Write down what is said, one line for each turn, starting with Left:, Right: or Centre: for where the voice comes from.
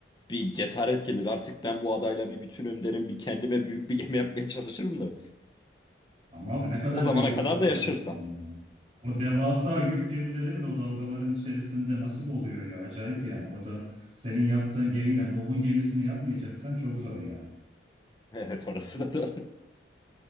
Left: Bir cesaret gelir. Artık ben bu adayla bir bütünüm derim. Bir kendime büyük bir gemi yapmaya çalışırım da.
Right: Ama abi ne kadar
Left: O zamana
Right: büyük
Left: kadar
Right: yapabilirsin
Left: da yaşarsam.
Right: ya.
Left: <laughs>
Right: O devasa yük gemileri bile o dalgaların içerisinde nasıl oluyor ya? Acayip yani. Orada senin yaptığın gemiyle Nuh'un gemisini yapmayacaksan çok zor yani. <laughs>
Left: Evet orası da doğru.